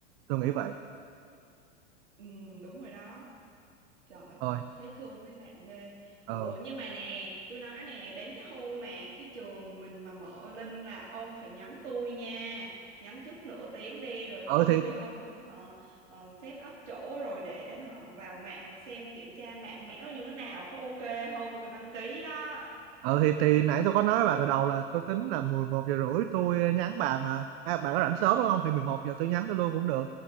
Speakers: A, on the right (about 55°); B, on the right (about 85°).
A: tôi nghĩ vậy
B: ừ đúng rồi đó Trời ơi,
A: thôi
B: thấy thương mấy bạn ghê.
A: ờ
B: Ồ
A: ừ.
B: nhưng mà nè, tôi nói nè, đến cái hôm mà cái trường mình mà mở lên là ông phải nhắm tôi nha. Nhắm trước nửa tiếng đi rồi
A: ờ
B: tôi
A: thì
B: với ông làm họ ờ, set up chỗ rồi để họ vào mạng xem kiểm tra mạng mẽo như thế nào có ok không, còn đăng ký đó.
A: ừ thì thì nãy tôi có nói với bà từ đầu là tôi tính là 11 giờ rưỡi tôi nhắn bà mà à, bà có rảnh sớm đúng không thì 11 giờ tôi nhắn cho luôn cũng được